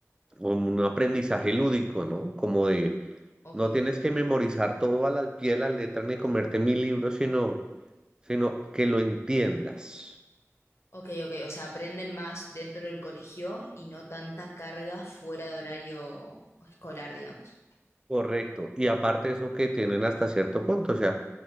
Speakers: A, on the right; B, on the left.
A: un aprendizaje lúdico, ¿no? Como de,
B: ok.
A: no tienes que memorizar todo a la pie de la letra ni comerte mil libros, sino, sino que lo entiendas.
B: Ok, ok, o sea, aprenden más dentro del colegio y no tanta carga fuera de horario escolar, digamos.
A: Correcto. Y aparte eso que tienen hasta cierto punto, o sea,